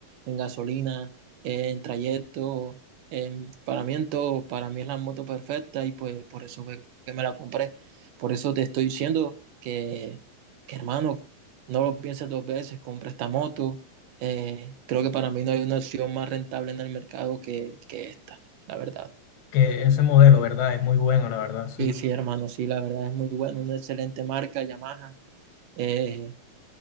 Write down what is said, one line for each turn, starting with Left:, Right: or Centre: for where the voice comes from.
Right: en gasolina, en trayecto. Em, para mí en todo, para mí es la moto perfecta y pues por eso fue que me la compré. Por eso te estoy diciendo que, que, hermano, no lo pienses dos veces, compra esta moto. Eh, creo que para mí no hay una opción más rentable en el mercado que, que esta, la verdad.
Left: que ese modelo, ¿verdad? Es muy bueno, la verdad, sí.
Right: Sí, sí, hermano, sí, la verdad es muy bueno, una excelente marca, Yamaha. Eh,